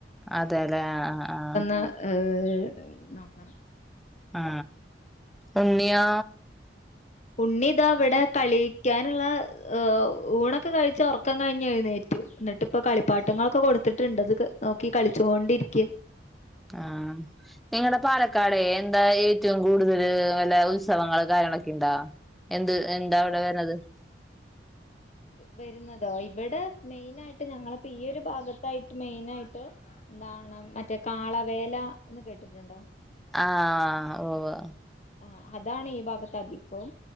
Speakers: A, in the centre; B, on the left.
A: അതെ ലെ ആ ആ ആഹ
B: അഹ്
A: ആ ഉണ്ണിയോ?
B: ഉണ്ണിതാ ഇവിടെ കളിക്കാനുള്ള. ഏഹ് ഊണൊക്കെ കഴിച്ച് ഉറക്കം കഴിഞ്ഞ് എഴുന്നേറ്റു. എന്നിട്ട് ഇപ്പൊ കളിപ്പാട്ടങ്ങളൊക്കെ കൊടുത്തിട്ടുണ്ട്ത്. നോക്കി കളിച്ചോണ്ടിരിക്ക.
A: ആഹ്. നിങ്ങടെ പാലക്കാട് എന്താ ഏറ്റവും കൂടുതൽ വല്ല ഉത്സവങ്ങള് കാര്യങ്ങളൊക്കെ ഉണ്ടാ? എന്ത് എന്താ അവിടെ വര്നത്.
B: വരുന്നതോ ഇവിടെ മെയിനായിട്ട് ഞങ്ങളപ്പോ ഈ ഒരു ഭാഗത്തായിട്ട് മെയിനായിട്ട്. എന്താണ് മറ്റേ കാളവേല എന്ന് കേട്ടിട്ടുണ്ടോ?
A: ആഹ് ഉവ്വ്.
B: ആ അതാണ് ഈ ഭാഗത്ത് അധികവും